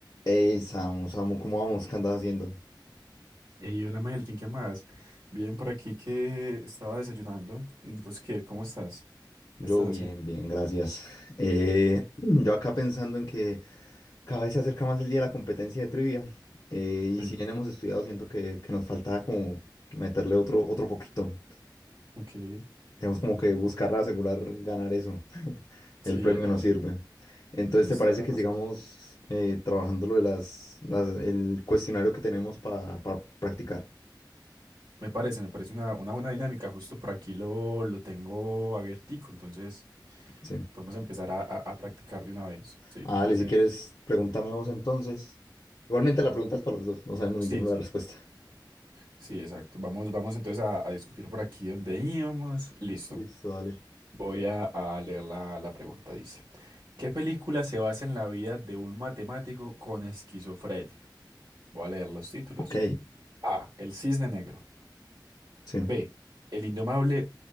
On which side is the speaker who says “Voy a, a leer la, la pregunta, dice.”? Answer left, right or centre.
Right